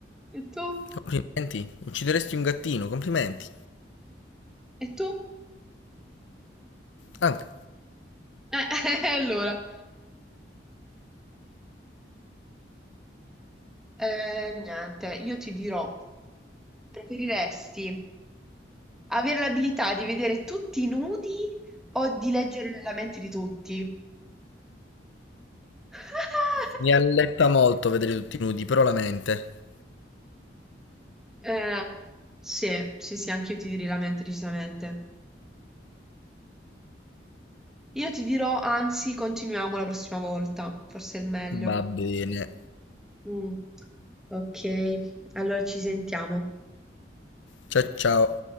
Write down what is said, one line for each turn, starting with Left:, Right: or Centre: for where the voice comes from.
Centre: E tu?
Left: Complimenti. Uccideresti un gattino, complimenti.
Centre: E tu?
Left: Anche.
Centre: Eh, <laughs> allora. Eh, niente, io ti dirò, preferiresti avere l'abilità di vedere tutti i nudi o di leggere la mente di tutti? <laughs>
Left: Mi alletta molto vedere tutti nudi, però la mente.
Centre: Eh, sì, sì, sì, anche io ti direi la mente decisamente. Io ti dirò, anzi, continuiamo la prossima volta, forse è meglio.
Left: Va bene.
Centre: Mm, Ok, allora ci sentiamo.
Left: Ciao ciao.